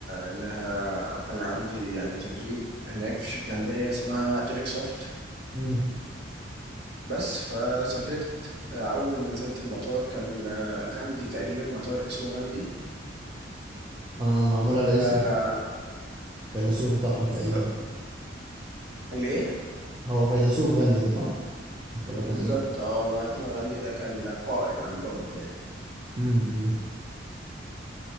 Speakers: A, on the right (about 60°); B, on the right (about 25°).
A: إنها كان عندي يعني تدريب هناك في شركة هندية اسمها تيريك سوفت
B: مم.
A: بس فسافرت أول ما نزلت المطار كان غاندي تقريبا مطار اسمه غاندي
B: آه معمول على اسم
A: آه،
B: الفيلسوف بتاعهم تقريبا
A: بالظبط- ليه؟
B: هو فيلسوف غاندي ده صح ولا كان
A: بالظبط
B: ايه
A: اه مهاتما غاندي ده كان قائد عندهم يعني
B: مم. مم.